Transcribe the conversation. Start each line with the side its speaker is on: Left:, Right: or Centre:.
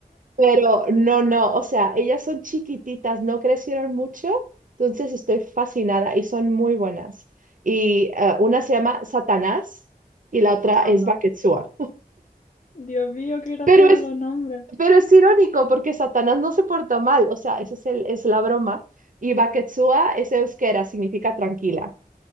Right: Pero no, no, o sea, ellas son chiquititas, no crecieron mucho, entonces estoy fascinada y son muy buenas. Y eh, una se llama Satanás y la otra es
Left: anda.
Right: Baketsua.
Left: Dios mío, qué graciosos
Right: Pero es,
Left: los nombres.
Right: pero es irónico porque Satanás no se porta mal, o sea, esa es, el- es la broma. Y Baketsua es euskera, significa tranquila.